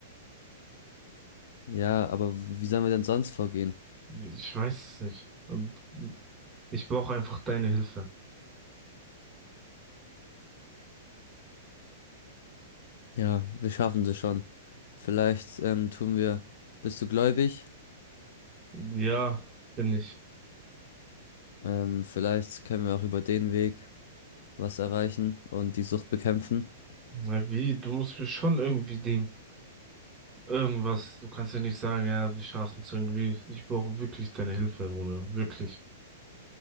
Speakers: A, on the left; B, on the right.
A: Ja, aber w- wie sollen wir denn sonst vorgehen?
B: Ich weiß es nicht. Und ich brauche einfach deine Hilfe.
A: Ja, wir schaffen das schon. Vielleicht ähm, tun wir, bist du gläubig?
B: Ja, bin ich.
A: Ähm, vielleicht können wir auch über den Weg was erreichen und die Sucht bekämpfen.
B: Na wie, du musst mir schon irgendwie Ding. Irgendwas, du kannst ja nicht sagen, ja, wir schaffen es irgendwie. Ich brauche wirklich deine Hilfe, Romeo. Wirklich.